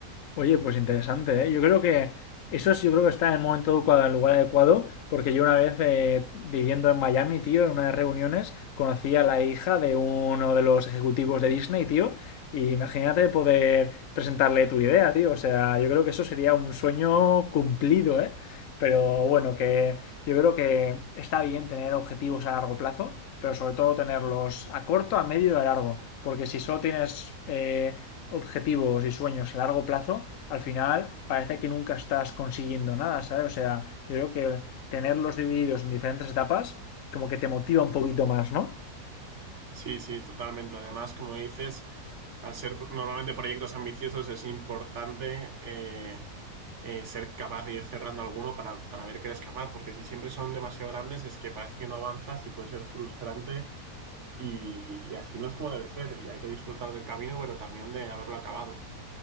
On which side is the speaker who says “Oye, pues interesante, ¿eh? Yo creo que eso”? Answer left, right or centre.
Left